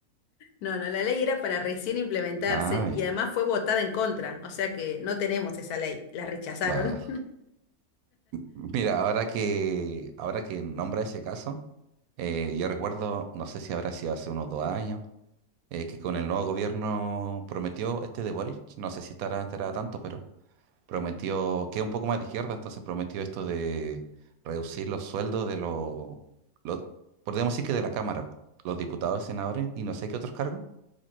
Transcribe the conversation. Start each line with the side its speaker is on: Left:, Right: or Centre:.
Left: No, no, la ley era para recién implementarse
Right: Ah, bien.
Left: y además fue votada en contra, o sea que no tenemos esa ley, la rechazaron.
Right: Va. Mira, ahora que, ahora que nombra ese caso, eh, yo recuerdo, no sé si habrá sido hace unos dos años, eh, que con el nuevo gobierno prometió este de Boric, no sé si estará enterada tanto, pero prometió, que es un poco más de izquierda, entonces prometió esto de reducir los sueldos de los, los- podríamos decir que de la Cámara, po, los diputados, senadores y no sé qué otros cargos.